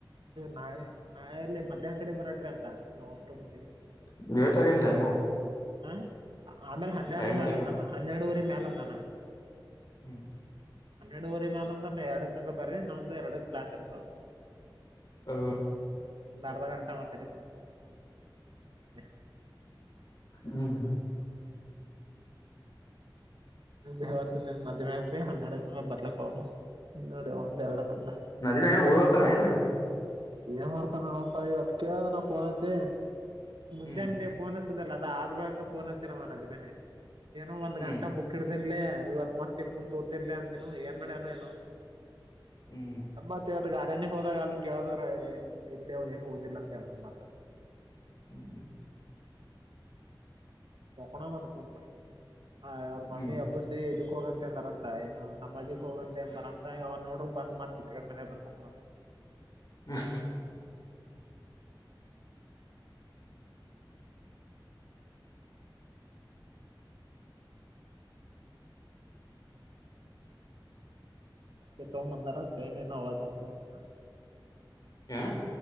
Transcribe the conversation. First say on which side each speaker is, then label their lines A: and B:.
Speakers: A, on the right; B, on the left.
A: ನಾಳೆ ನಾಳೆಲ್ಲಿ ಮಧ್ಯಾಹ್ನ ಕಡೆ ಬರಕ್ರಿ ಅಂತ ನೀವು ಅಷ್ಟು ಮಂದಿ.
B: <unintelligible> ಟೈಮ್.
A: ಹ ಆಮೇಲೆ ಹನ್ನೆರಡರ
B: ಟೈಮ್
A: ಮ್ಯಾಲಂದಾನ
B: ಇಟ್ಟಾಗೇನ್
A: ಹನ್ನೆರಡುವರಿ ಮ್ಯಾಲಂದಾನ.
B: ಹ್ಮ್
A: ಹನ್ನೆಡುವರಿ ಮೇಾಲ ಅಂದ್ರ ಎರಡಕ್ಕ ಹಂಗ ಬರ್ರಿ ನಮ್ದು ಎರಡ ಕ್ಲಾಸ್ ಇರ್ತವ.
B: ಹ
A: ಒಂದು ಅರ್ಧ ಗಂಟ ಮತ್ತೆ <unintelligible>
B: ಹ್ಮ್
A: <unintelligible> ಮದುವೆಯಾಗಿ ಬಿ ಹನ್ನೆರಡುಕಂಗ ಬರ್ಲಕ್ ಅವ್ರು ಇಂಡದೆ ಒಂದ್ ಎರಡಕ್ ಹಂಗ್.
B: ಮಾದುವ್ಯಾಗ್ <unintelligible> ಎಲ್ಲಿ
A: ಏನ್ ಮಾಡ್ತಾನಪ್ಪಾ ಇವತ್ತ್ ಕೇಳ್ದೆ ನ ಫೋನ್ ಹಚ್ಚಿ ಮುಂಜಾನೆ
B: ಹ್ಮ್
A: ನೀ ಫೋನ್ ಹಚ್ಚ <unintelligible> ಅದ ಆದ್ ಬಳಕ ಫೋನ್ ಹಚ್ಯಾನ್ ಅವ <unintelligible> ಏನೋ ಒಂದ್
B: ಹ್ಮ್
A: ಗಂಟ ಬುಕ್ <unintelligible> ಇವತ್ ಮತ್ತ್ ಕುಂತ ಓತಿನ್ಲೆ ಅಂದನು ಏನ್ ಮಾಡ್ಯಾನ ಏನೋ.
B: ಹ್ಮ್
A: ಮತ್ತ ಇವತ್ತು ಗಾರ್ಡನಿಗೆ ಹೋದಾಗ ಅಲ್ಲಿ ಕೇಳಿದ್ರ <unintelligible> ಏನು ಓದಿಲ್ಲ ಅಂತ ಅಂತ್ ಹೇಳ್ತಾನ್ ಮತ್ತ
B: ಹ್ಞ
A: ಮಕಣೋಣ ಅಂತ ಕುಂತು ಹ ಅವ್ರ ಮಮ್ಮಿ
B: ಹ್ಮ್
A: ಹಬ್ಬಸ್ ಇದಕ್ ಹೋಗಂತೆ ಅಂದಾರಂತ ಏನು ನಮಜಿಗೆ ಹೋಗಂತೆ ಅಂದಾರ ಅಂತ ಇವ ನೋಡ್ರರು ಬಂದ್ ಮತ್ ಇಚ್ಚಿ ಕಡೆ ಮನ್ಯಾಗ್ ಬಂದ್ ಮಕ್ಕೊಂಡಾನ್ ಅಂತ.
B: ಹ್ಮ
A: ಅಡಿ ತಗೊಬಂದಾರ ಚೈನನ್ ಅವವಾಜ್ ಅಥದ್ ಅಂತ.
B: ಹಾ